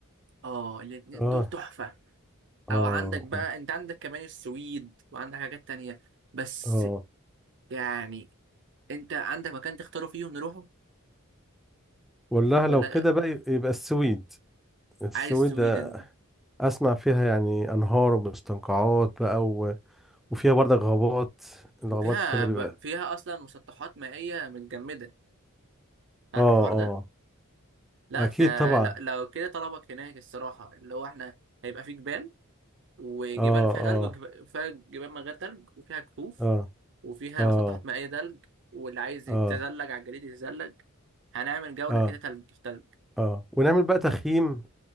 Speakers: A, on the right (about 60°); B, in the centre.
A: اه الاتنين
B: آه
A: دول تحفة
B: آه
A: او عندك بقى انت عندك كمان السويد وعندك حاجات تانية بس
B: آه
A: يعني انت عندك مكان تختاره فيه ونروحه
B: والله
A: ولا
B: لو كده بقى يبقى يبقى السويد السويد
A: عايز السويد انت
B: أسمع فيها يعني أنهار ومستنقعات بقى و... وفيها برضك غابات الغابات
A: وفيها
B: كده بيبقى
A: ب... فيها اصلا مسطحات مائية متجمدة عارف
B: آه
A: الحوار
B: آه
A: ده لا
B: أكيد
A: ت...
B: طبعا
A: لا لو كده طلبك هناك الصراحة اللي هو احنا هيبقى في جبال وجبال
B: آه
A: فيها
B: آه
A: تلج وفيها جبال من غير تلج وفيها كهوف
B: آه
A: وفيها
B: آه
A: مسطحات مائية تلج واللي عايز يتزلج
B: آه
A: على الجليد يتزلج هنعمل جولة
B: آه
A: كده تلج في تلج
B: اه ونعمل بقى تخييم